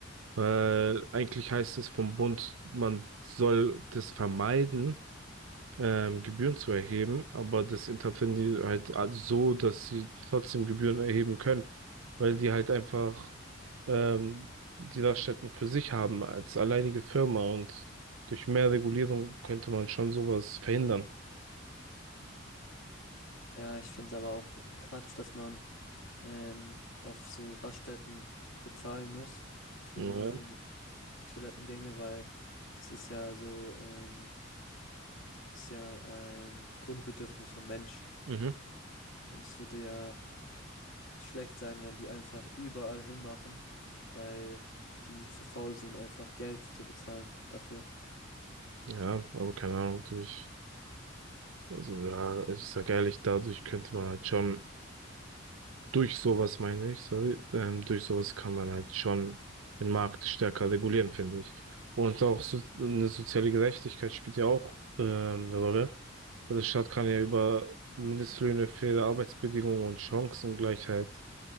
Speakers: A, on the right; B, on the left.
A: Weil eigentlich heißt es vom Bund, man soll das vermeiden, ähm, Gebühren zu erheben, aber das interpretieren die halt als so, dass sie trotzdem Gebühren erheben können, weil die halt einfach ähm, die Raststätten für sich haben als alleinige Firma und durch mehr Regulierung könnte man schon sowas verhindern.
B: Ja, ich finde es aber auch Quatsch, dass man ähm, auf so Raststätten bezahlen muss für
A: Ja,
B: die Toilettengänge, weil das ist ja so, ähm, das ist ja ein Grundbedürfnis vom Mensch.
A: mhm.
B: Und es würde ja schlecht sein, wenn die einfach überall hinmachen, weil die zu faul sind, einfach Geld zu bezahlen dafür.
A: Ja, aber keine Ahnung, durch, also ja, ich sag ehrlich, dadurch könnte man halt schon Durch sowas meine ich, sorry, ähm, durch sowas kann man halt schon den Markt stärker regulieren, finde ich. Und auch so, eine soziale Gerechtigkeit spielt ja auch ähm, eine Rolle. Weil Der Staat kann ja über Mindestlöhne, faire Arbeitsbedingungen und Chancengleichheit